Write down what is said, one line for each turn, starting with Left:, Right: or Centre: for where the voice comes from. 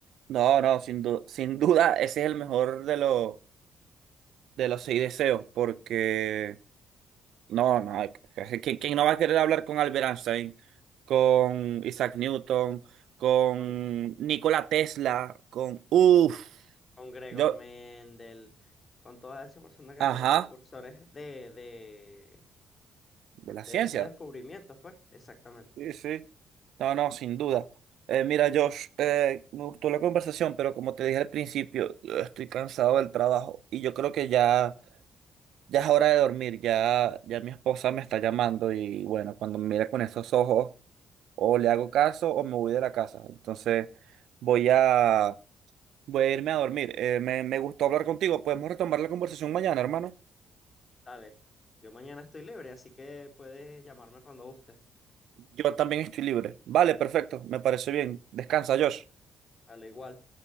Right: no, no, sin duda, sin duda, ese es el mejor de los de los seis deseos, porque no, no, hay- ¿quién, quién no va a querer hablar con Albert Einstein, con Isaac Newton, con
Left: con,
Right: Nikola Tesla, con, uff,
Left: con Gregor
Right: yo,
Left: Mendel, con todas esas personas que
Right: ajá,
Left: fueron precursores de, de,
Right: de la
Left: de
Right: ciencia.
Left: esos descubrimientos, pues, exactamente.
Right: Sí, sí. No, no, sin duda. Eh, mira, Josh, eh, me gustó la conversación, pero como te dije al principio, yo estoy cansado del trabajo y yo creo que ya, ya es hora de dormir. Ya, ya mi esposa me está llamando y bueno, cuando me mira con esos ojos, o le hago caso o me voy de la casa. Entonces, voy a, voy a irme a dormir. Eh, me, me gustó hablar contigo. Podemos retomar la conversación mañana, hermano.
Left: Dale, yo mañana estoy libre, así que puedes llamarme cuando guste.
Right: Yo también estoy libre. Vale, perfecto. Me parece bien. Descansa, Josh.
Left: Dale, igual.